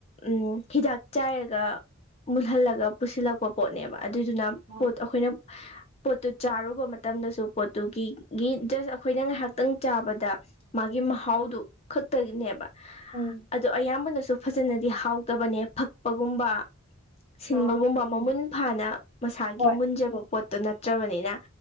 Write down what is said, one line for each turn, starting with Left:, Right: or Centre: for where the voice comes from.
Left: ꯎꯝ ꯍꯤꯗꯥꯛ ꯆꯥꯏꯔꯒ ꯃꯨꯜꯍꯜꯂꯒ ꯄꯨꯁꯤꯜꯂꯛꯄ ꯄꯣꯠꯅꯦꯕ ꯑꯗꯨꯏꯗꯨꯅ
Right: ꯑꯥ
Left: ꯄꯣꯠ ꯑꯩꯈꯣꯏꯅ ꯄꯣꯠꯇꯨ ꯆꯥꯔꯨꯕ ꯃꯇꯝꯗꯁꯨ ꯄꯣꯠꯇꯨꯒꯤ ꯒꯤ ꯖꯁ ꯑꯩꯈꯣꯏꯅ ꯉꯥꯏꯍꯥꯛꯇꯪ ꯆꯥꯕꯗ ꯃꯥꯒꯤ ꯃꯍꯥꯎꯗꯨ ꯈꯛꯇꯒꯤꯅꯦꯕ
Right: ꯎꯝ
Left: ꯑꯗꯨ ꯑꯌꯥꯝꯕꯅꯁꯨ ꯐꯖꯅꯗꯤ ꯍꯥꯎꯇꯕꯅꯦ ꯐꯛꯄꯒꯨꯝꯕ ꯁꯤꯟꯕ
Right: ꯑꯥ
Left: ꯃꯃꯨꯟ ꯐꯥꯅ ꯃꯁꯥꯒꯤ
Right: ꯍꯣꯏ
Left: ꯃꯨꯟꯖꯕ ꯄꯣꯠꯇꯣ ꯅꯠꯇ꯭ꯔꯕꯅꯤꯅ